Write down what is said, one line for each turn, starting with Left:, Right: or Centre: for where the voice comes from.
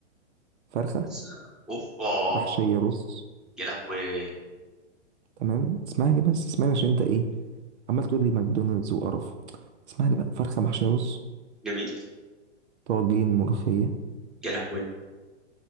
Right: فرخه
Centre: بس آه، أوبا
Right: محشيه رز
Centre: يا لهوي
Right: تمام اسمعني بس اسمعني عشان انت ايه عمال تقول لي ماكدونالدز وقرف اسمعني بقى فرخه محشيه رز
Centre: جميل
Right: طاجين ملوخيه
Centre: يا لهوي